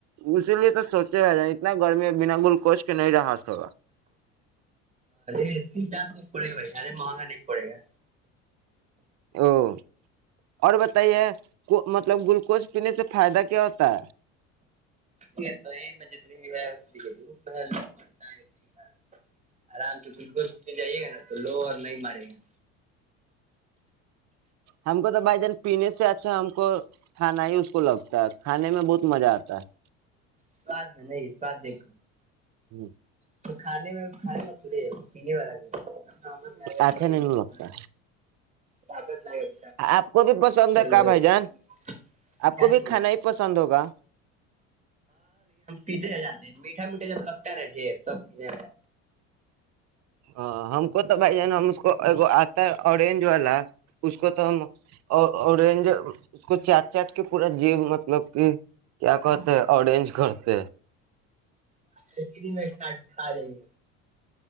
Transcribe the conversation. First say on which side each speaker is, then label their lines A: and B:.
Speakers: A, on the right (about 55°); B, on the right (about 20°).
A: اسی لیے تو سوچے گا نہیں نہیں نہ گرمی بنا بول کوچ کے نہیں رہا ا صبا
B: یہ تس چارو پڑے گا بھائی ارے مہنگا نہیں پڑے گا
A: او اور بتائیے کو مطلب گلوکوز پینے سے فائدہ کیا کیتا
B: یک ہے شریر میں جتنی بھی ہے دھوپ ہے ل مڑتا ہے اسی آرام تو دوست جائیےا نا تو لو اور نہیں مارے گے
A: ہم کو تو بھائی جان پینے سے اچھا ہم کو کھانا ہی اس کو لگتا ہے کھانے میں بہت مزہ آتا ہے
B: سد میں نہیں سد دیکھ
A: ہوں
B: تو کھانے میں کھان ل تھڑے ہے پینے والا بھینا لائے گا
A: اچھا نہیں
B: سی
A: لگتا
B: طقت ل گا
A: آپ کو بھی پسند
B: پھر
A: ہے
B: لڑے
A: کا بھائی
B: گا
A: جان آپ
B: کیا
A: کو بھی
B: چاہیے
A: کھانا ہی پسند ہوگا
B: پیھے جے ہیں میٹا میٹا جب لگتا ہےا ڈر سب کے
A: ہ ہم کو تو بھائی جان ہم اس کو ایک آتا ہے اوررینج والا اس کو تو ہمینج اس کو چاٹ چاٹ کے پورا جیب مطلب کہ کیا کہتے ہیں اوررینج کرتے
B: اچھا ک د میں چار چالیں گے